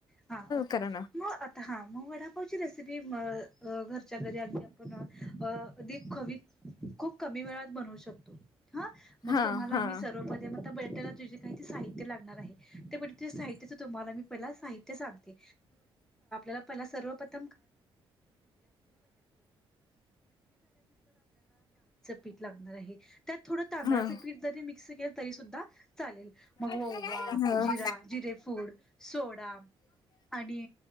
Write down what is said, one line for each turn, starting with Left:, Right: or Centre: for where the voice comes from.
Centre: हा ओके
Left: करा ना
Centre: मगं हा मग वडापावची रेसिपी घरच्या घरी अगदी आपण अ अधिक खवी खूप कमी वेळात बनवू शकतो ह मग
Left: हा
Centre: तुम्हाला
Left: हा
Centre: मी सर्व मध्ये म्हणजे जे जे काय लागत ते सांगितले साहित्य लागणार आहे ते म्हणजे मी ते तुम्हाला साहित्य सांगते <inaudible> डाळीचे पीठ लागणार आहे त्यात थोडं तांदळाचं
Left: हा
Centre: पीठ जरी मिक्स केलं तरी सुद्धा चालेल मगं
Left: हा हम्म
Centre: ओवा, जिरा जिरे फूड सोडा आणि